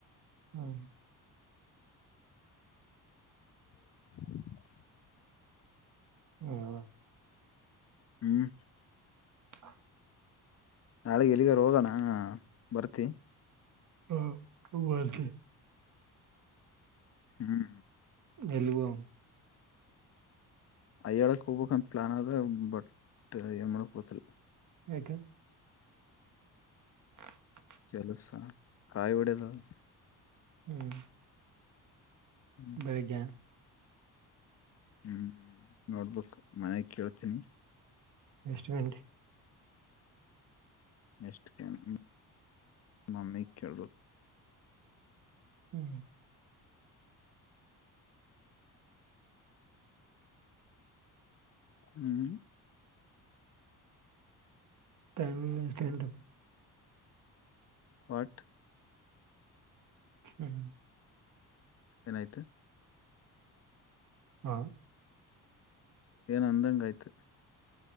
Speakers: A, on the right; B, on the left.
A: ಹ್ಮ್
B: <inaudible>
A: ಹಾ ಅಲ <unintelligible>
B: ಹ್ಮ್
A: <unintelligible>
B: ನಾಳೆಗ್ ಎಲ್ಲಿಗಾರೋಗಣ ಬರ್ತಿ?
A: ಹಾ ಹೂ ಬರ್ತಿ.
B: ಹ್ಮ್
A: ಎಲ್ಲಿಗೋಗಂ
B: ಅಯ್ಯಳಕ್ ಹೋಬಕಂತ ಪ್ಲಾನ್ ಅದ ಬಟ್ ಏನ್ ಮಾಡ್ಬೇಕ್ ಗೊತ್ತಿಲ್ಲ.
A: ಯಾಕೆ <inaudible>
B: ಕೆಲಸ ಕಾಯ್ ಒಡೆಯದು ಅದ.
A: ಹ್ಮ್
B: ಹ್ಮ್
A: ಬೆಳಿಗ್ಗೆ
B: ಹ್ಮ್ ನೋಟ್ಬುಕ್ ಮನೆಗ್ ಕೇಳ್ತೀನಿ.
A: ಎಷ್ಟ್ ಗಂಟೆ
B: ಎಷ್ಟ ಕೇನ ಮಮ್ಮಿ ಕೇಳಬೇಕು
A: ಹ್ಮ್
B: ಹ್ಮ್
A: ಟೈಮ <unintelligible>
B: ವಾಟ್
A: ಹ್ಮ್ ಹ್ಮ
B: ಏನಾಯ್ತು
A: ಹಾ
B: ಏನ್ ಅಂದಂಗ ಆಯ್ತು